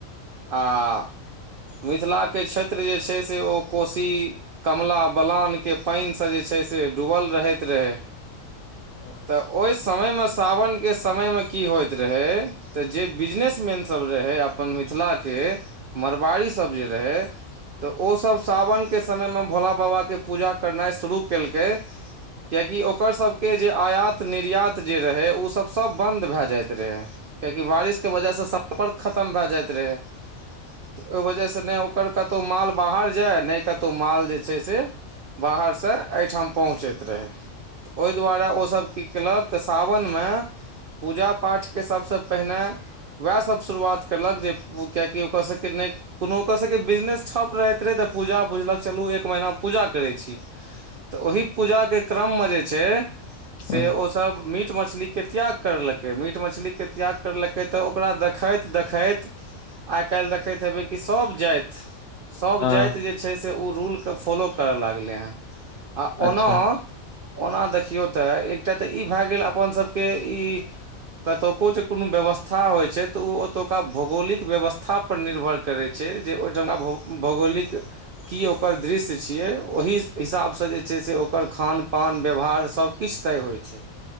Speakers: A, on the right (about 70°); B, on the left (about 65°).
A: आ मिथिला के क्षेत्र जे छै, से ओ कोशी कमला-बलान के। पानिसँ जे छै से डूबल रहैत रहै
B: ह
A: तऽ ओहि समयमे सावनके समयमे की होइत रहै तऽ जे बिजनेस मैन सभ रहै अपन मिथिलाके मरबाड़ी सब जे रहे तऽ ओ सब सावन के समय मे भोला बाबा के पूजा करनाइ शुरू केलकै कियाकि ओ करा सबके जे आयात निर्यात जे रहे ओ सब सब बंद भए जाइत रहै कियाकि बारिश के वजहसँ सम्पर्क खतम भए जाइत रहै तऽ ओहि वजहसँ नहि ओकर कतौ माल बाहर जाय नहि कतौ माल जे छै से बाहरसँ एहिठाम पहुँचैत रहै तऽ ओहि दुआरे ओसभ की कयलक तऽ सावनमे पूजा पाठके सबसँ पहिने उएहसभ शुरुआत करलक जे कियकि ओकर सभके नहि कोनो ओकर सभके बिजनेस ठप रहैत रहै तऽ पूजा बुझलक चलू एक महीना पूजा करैत छी तऽ ओहि पूजा के क्रम मे जे छै से
B: हूँ
A: ओ सब मीट मछली के त्याग करलकै मीट मछलीके त्याग करलकै तऽ ओकरा देखैत देखैत आइ काल्हि देखैत हेबै कि सभ जाति सभ
B: हँ
A: जाति जे छै से ओ रूलके फॉलो करय लागलै हँ आ
B: अच्छा
A: ओना ओना देखियौ तऽ एकटा तऽ ई भए गेल अपन सबके ई क तऽ क कोनो व्यवथा था होइ छै तऽ ओतुका भौगोलिक व्यवस्था पर निर्भर करै छै जे ओहिठामका भौगोलिक की ओकर दृश्य छियै ओहि हिसाबसँ जे छै से ओकर खान पान व्यवहार सबकिछु तय होइ छै